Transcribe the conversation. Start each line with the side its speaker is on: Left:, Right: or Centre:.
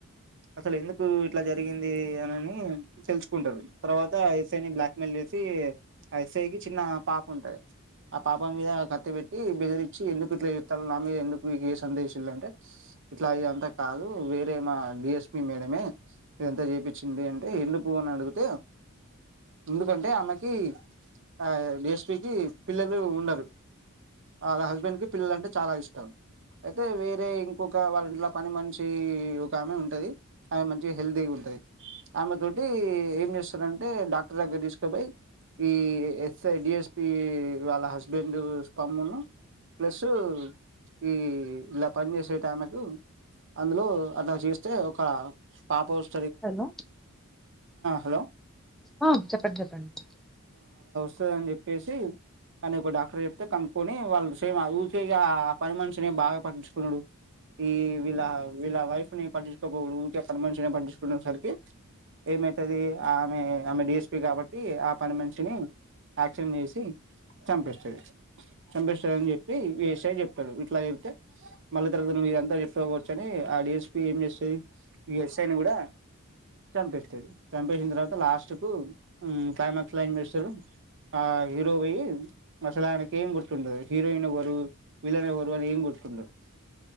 Right: అసలెందుకు ఇట్ల జరిగింది అనని తెల్సుకుంటాది తర్వాత ఎస్ఐ ని బ్లాక్ మెయిల్ చేసీ అ ఎస్ఐ కి చిన్నా పాప ఉంటది ఆ పాపం మీద కత్తి బెట్టి బెదిరిచ్చి ఎందుకు ఇట్లా చేత్తారు నా మీద ఎందుక్ మీకు ఏ సందేశిల్లంటే ఇట్లా ఇదింతా కాదు వేరే మా డిఎస్పి మేడమే దంత చేపీచింది అంటే ఎందుకు అని అడుగుతే ఎందుకంటే ఆమేకి ఆ డిఎస్పికి పిల్లలు ఉండరు ఆళ్ళ హస్బెండ్ కి పిల్లలంటే చాలా ఇష్టం ఐతే వేరే ఇంకొక వాళ్ళ ఇంట్ల పని మన్షీ ఒకామె ఉంటది ఆమె మంచిగ హెల్తీ ఉంటది ఆమె తోటీ ఏం చేస్తడంటే డాక్టర్ దగ్గరిస్కో బొయ్ ఈ ఎస్ఐ డిఎస్పీ వాళ్ళ హస్బెండ్ స్పమ్మున్ను ప్లసు ఈ ఇలా పని జేసేటమెకు అందులో అలా జేస్తే ఒక పాపౌస్
Centre: హలో
Right: హలో
Centre: అ చెప్పండి చెప్పండి
Right: వత్తదని జేప్పేసి అని ఒక డాక్టర్ జెప్తే కనుక్కొని వాళ్ళుమ్ ఊకేగా మన్షినే బాగా పట్టిచుకునుడు ఈ వీళ్ళ వీళ్ళ వైఫ్ ని పట్టించుకోపోడు ఊకె పని మన్షినే పట్టిచుకునే సరికి ఏమైతదీ ఆమె ఆమె డిఎస్పి గాబట్టి ఆ పని మనిషిని యాక్షన్ జేసి చంపేస్తది చంపిస్తదని జెప్పి వి ఎస్సే చెప్ తడు ఇట్ల జెప్తే మళ్ళ తర్వత నువిదంతా చెప్తవ్కోవచ్చు అని ఆ డఎస్పి ఏం చేస్తది ఇ ఎస్సేని గుడా చంపేస్తది చంపేసిన్ తర్వాత లాస్ట్ కు ఉమ్ క్లైమాక్స్ల జేస్తరు ఆ హీరో పోయి అసలైనకేేమ్ గుర్తుండదు హీరోయిన రు విలనెవర్ అని ఏం గుర్తుండదు